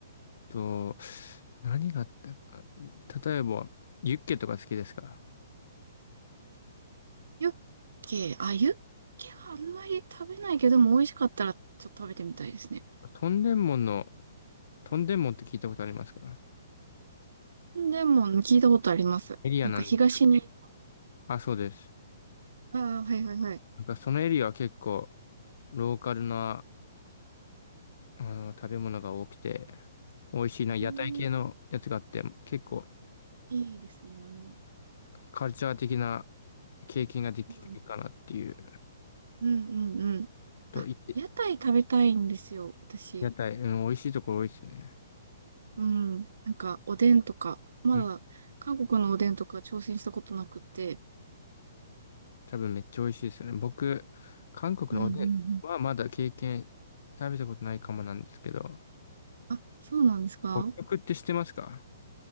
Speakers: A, on the left; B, on the right.
A: と、何があったか。例えば、ユッケとか好きですか
B: ユッケ、あ、ユッケはあんまり食べないけども美味しかったらちょっと食べてみたいですね。
A: トンデンモンの、トンデンモンって聞いたことありますか
B: でも、聞いたことあります。
A: エリアなんで。
B: なんか東に、
A: あ、そうです。
B: ああ、はいはいはい。
A: なんかそのエリアは結構、ローカルなあの、食べ物が多くて、美味しいな、
B: うーん、
A: 屋台系のやつがあって、結構、
B: いいですね。
A: カルチャー的な経験ができるかなっていう、
B: うん、うんうんうん。
A: と言って、
B: あ、屋台食べたいんですよ、私。
A: 屋台、うん、美味しいところ多いですね。
B: うん。なんか、おでんとか、まだ、
A: うん、
B: 韓国のおでんとか挑戦したことなくて。
A: 多分めっちゃ美味しいですよね。僕、韓国のおでんはまだ経験、
B: うんうんうん。
A: 食べたことないかもなんですけど、
B: あ、そうなんですか
A: 北極って知ってますか